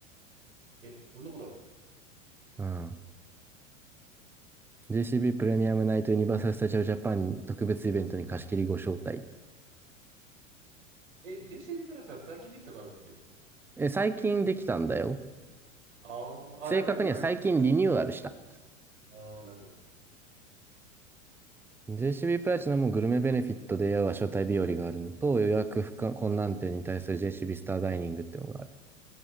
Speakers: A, on the right; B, in the centre.
A: え、そんなことある
B: うん。JCB プレミアムナイトユニバーサル・スタジオ・ジャパン特別イベントに貸し切りご招待。
A: え、JCB プラスだと最近できたからだっけ
B: え、最近できたんだよ。
A: あーあ、
B: 正確には最近リニューアルした。
A: だから今あれ。ああ、なるほど。
B: JCB プラチナもグルメベネフィットでは招待日和があるのと、予約不可困難点に対する JCB スターダイニングっていうのがある。